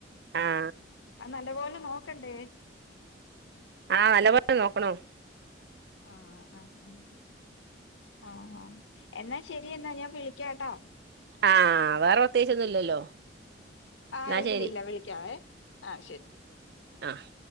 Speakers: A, on the right; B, on the left.
A: ആഹ്
B: നല്ലപോലെ നോക്കണ്ടേ
A: ആഹ് നല്ലപോലെ നോക്കണ്ണം
B: ആഹ് ആഹ് ആഹ് ആഹ് ആഹ് എന്നാ ശെരി എന്നാ ഞാൻ വിളിക്കാ ട്ടോ
A: ആഹ് വേറെ പ്രത്യേകിച്ചൊന്നും ഇല്ലല്ലോ
B: ആഹ്
A: എന്നാ
B: ഇല്ല
A: ശരി
B: ഇല്ല വിളിക്കാവേ ആഹ് ശെരി
A: ആഹ്